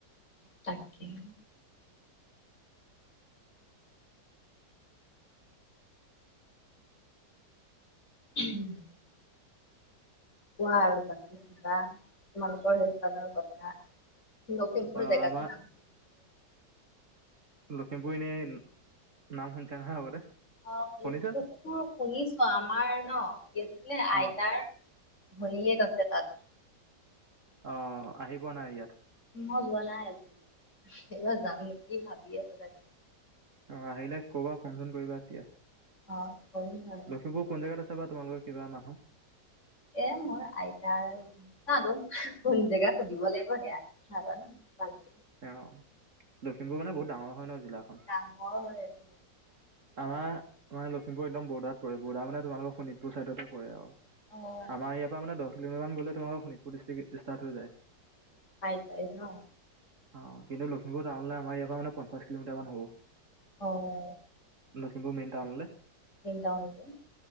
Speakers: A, on the left (about 40°); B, on the right (about 45°).
A: তাকেই উম <unintelligible> কোৱা আৰু বাকী কিবা তোমালোকৰ সেইফালৰ কথা? লখিমপুৰ
B: অ'
A: জেগাতোৰ
B: আমাৰ
A: নাম।
B: লখিমপুৰ এনেই নাম শুনিছে নহয় আগতে?
A: অনিছ
B: শুনিছা যে
A: মোৰ শুনিছো আমাৰ ন কি আছিলে আইতাৰ
B: অ'।
A: <unintelligible> ভনীয়েক আছে তাত।
B: অ' আহি পোৱা নাই ইয়াত?
A: মই যোৱা নাই, এইবাৰ যাম নেকি ভাবি আছো তাকে
B: অ আহিলে কবা, ফোন-চোন কৰিবা তেতিয়া।
A: অ' হয়।
B: লখিপুৰ কোন জেগাত আছে বা তোমালৰ কিবা মানুহ?
A: এ'মোৰ আইতাৰ জানো কোন জেগা সুধিব লাগিব সেয়া নাজানো ভালকে।
B: অ' লখিমপুৰ মানে বহুত ডাঙৰ হয় ন জিলাখন।
A: ডাঙৰ হয় সেইটো <unintelligible>
B: আমাৰ মানে লখিমপুৰ একদম বৰদাত পৰে। বৰদা মানে তোমালোকৰ শোণিতপুৰ ছাইডতে পৰে আৰু। আমাৰ
A: অ
B: ইয়াৰ পৰা মানে দহ কিলোমিাৰ মান গলে তোমালোকৰ শোণিতপুৰ ডিষ্ট্ৰিক্ ইষ্টাট হৈ যায়।
A: আইাইছ ন <unintelligible>
B: অ' কিন্তু লখিমপুৰ টাউনলৈ আমাৰ ইয়াৰ পৰা মানে পঞ্চাশ কিলোমিটাৰান হব।
A: অ'।
B: লখিমপুৰ মেইন টাউনলে।
A: ন টাউন <unintelligible>